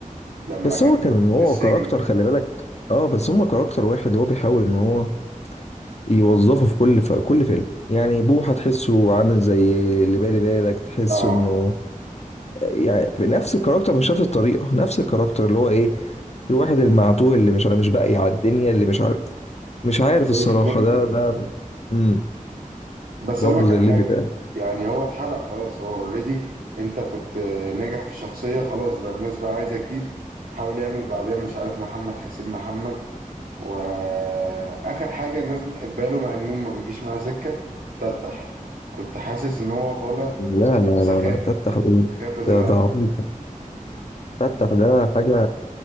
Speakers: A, on the right; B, on the left.
A: لما
B: بس
A: كان
B: هو كان هو
A: في السجن
B: كاركتر خلي بالك اه بس هما كاركتر واحد هو بيحاول ان هو يوظفه في كل في كل فيلم يعني بوحه تحسه عامل زي اللي بالي بالك تحسه
A: اه
B: انه يعني في نفس الكاركتر مش نفس الطريقه نفس الكاركتر اللي هو ايه الواحد المعتوه اللي مش مش باقي على الدنيا اللي مش عارف مش عارف
A: زي
B: الصراحة
A: الليمبي
B: ده ده امم
A: بس
B: برضه
A: اقول لك
B: زي
A: على
B: الليبي
A: حاجه
B: فعلا
A: يعني هو اتحرق خلاص هو اوريدي انت كنت آه، ناجح في شخصيه خلاص بقى الناس بقى عايزه جديد حاول يعمل بعدين مش عارف محمد حسين محمد واخر حاجه الناس بتحبها له مع انه ما بيجيش معاه سكه تتح كنت حاسس ان هو طالع
B: لا لا
A: بسخافه
B: لا لا تفتح ايه
A: سخافه زياده
B: ده ده
A: عن
B: عبيط تفتح ده حاجة